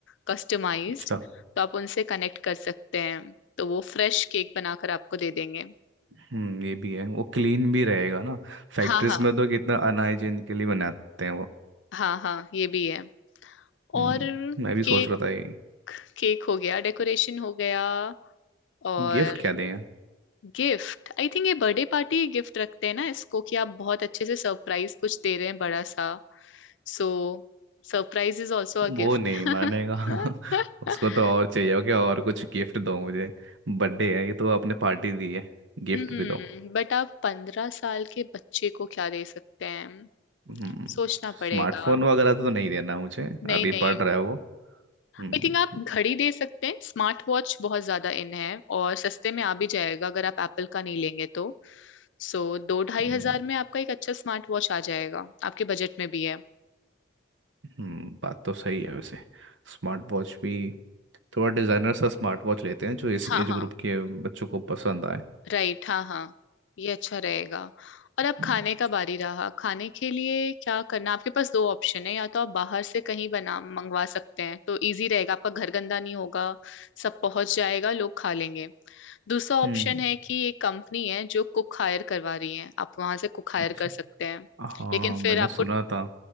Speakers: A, on the left (about 75°); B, on the right (about 75°).
A: कस्टमाइज्ड
B: अच्छा
A: तो आप उनसे कनेक्ट कर सकते हैं तो वो फ्रेश केक बनाकर आपको दे देंगे
B: हम्म ये भी है वो क्लीन भी रहेगा ना फैक्ट्रीज
A: हाँ हाँ
B: में तो कितना अनहाइजीनिकली बनाते हैं वो
A: हाँ हाँ ये भी है
B: हम्म
A: और
B: मैं भी सोच
A: केक
B: रहा था ये
A: केक हो गया डेकोरेशन हो गया और
B: गिफ्ट क्या दें
A: गिफ्ट आई थिंक ये बर्थडे पार्टी गिफ्ट रखते हैं ना इसको कि आप बहुत अच्छे से सरप्राइज कुछ दे रहे हैं बड़ा सा So surprise is also a
B: वो
A: gift
B: नहीं
A: <laughs>
B: मानेगा <laughs> उसको तो और चाहिए होगा कि और कुछ गिफ्ट दो मुझे बर्थडे है ये तो आपने पार्टी दी है गिफ्ट
A: Hmm
B: भी दो
A: but आप पंद्रह साल के बच्चे को क्या दे सकते हैं
B: हम्म,
A: सोचना पड़ेगा
B: स्मार्टफोन वगैरह तो नहीं देना मुझे
A: नहीं
B: अभी
A: नहीं
B: पढ़ रहा है वो हम्म
A: आई थिंक आप घड़ी दे सकते हैं स्मार्ट वॉच बहुत ज्यादा इन है और सस्ते में आ भी जाएगा अगर आप एप्पल का नहीं लेंगे तो सो दो ढाई
B: हम्म,
A: हजार में आपका एक अच्छा स्मार्ट वॉच आ जाएगा आपके बजट में भी है
B: हम्म, बात तो सही है वैसे स्मार्ट वॉच भी थोड़ा डिजाइनर सा स्मार्ट वॉच लेते हैं जो इस
A: हाँ
B: एज
A: हाँ
B: ग्रुप के बच्चों को पसंद आए
A: राइट हाँ हाँ ये अच्छा रहेगा और अब
B: हम्म
A: खाने का बारी रहा खाने के लिए क्या करना आपके पास दो ऑप्शन है या तो आप बाहर से कहीं बना मंगवा सकते हैं तो इजी रहेगा आपका घर गंदा नहीं होगा सब पहुंच जाएगा लोग खा लेंगे दूसरा
B: हम्म,
A: ऑप्शन है कि एक कंपनी है जो कुक हायर करवा रही है आप वहां से कुक हायर
B: अच्छा
A: कर सकते हैं
B: हाँ
A: लेकिन
B: मैंने
A: फिर आपको
B: सुना था